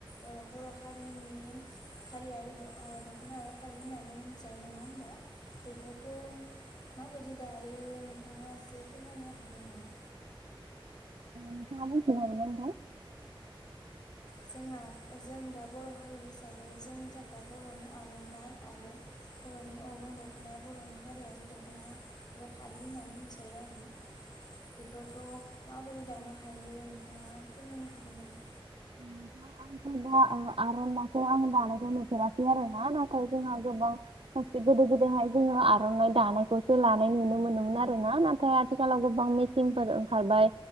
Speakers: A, on the left; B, on the right.
A: ओ बर' हारिनि हारियारि द ओ दख'ना फालि होननानै मिथिजायो नङा होमबा? बेफोरखौ माबायदि दायो नोंथाङा एसे फोरमायनो हागोन नामा?
B: ओ नोंथाङा बुंफिननो हागोन ना नोंथां?
A: जोंना जों दा बर' हारि हिसाबै जोंनि थाखाय बर'नि आर'नाइ। आरो बर'नि अग्रं दख'नाया बर'नि हारियारि दख'ना। एबा फालि होननानै मिथिजायो आरो ना बेफोर बेखौ माबोरै दानो हायो नोंथाङा फोरमायनो हागोन नामा?
B: <inaudible> आंथ दा आर'नाइखौ आं दानायखौ नुफेराखै आरो ना नाथाय जोंहा गोबां सोबसे गोदो गोदायहाय जोङो आर'नाइ दानायखौसो लानाय नुनो मोनोमोन आरो ना नाथाय आथिखालाव गोबां मि सिन फोर ओंखारबाय